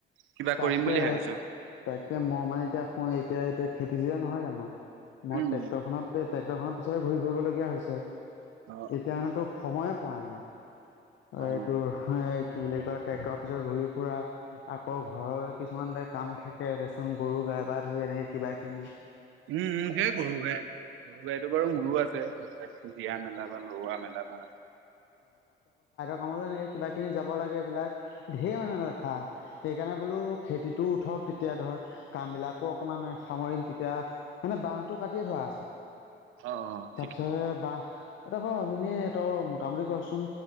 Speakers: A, on the right; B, on the left.
A: কিবা
B: তাকে
A: কৰিম বুলি ভাবিছ
B: -তাকে মই মানে এতিয়া শুয়ে এতিয়া- এতিয়া খেতি চিজেন নহয় জানো? মোৰ
A: উম
B: ট্ৰেক্টৰ খনতে ট্ৰেক্টৰ খনৰ পিছতে ঘূৰি ফুৰিবলগীয়া হৈছে।
A: অ
B: এতিয়া মানে তো সময়ে পোৱা নাই। এইটোৰ
A: অ
B: কি বুলি কয় ট্ৰেক্টৰ পিছত ঘূৰি ফুৰা। আক আকৌ ঘৰৰ কিছুমান এ কাম থাকে দেচোন গৰু গাই পা ধৰি এনেকে কিবা - কিবি
A: উম -উম হে গৰু গাই, গৰু গাইটো বাৰু মোৰো আছে। দিয়া মেলা বা লগোৱা মেলা বা।
B: কামলে এনেকে কিবা কিনি যাব লাগে এইবিলাক ধেৰ মানে লেঠা। সেইকাৰণে বোলো খেতিটো উঠক তেতিয়া ধৰ কাম বিলাকো অকমান সামৰিম তেতিয়া মানে বাহটো কাটিয়ে থোৱা আছে।
A: অহ - অহ
B: পিছে বাহ এটা ব আমিনে ত মোটামুটি কচোন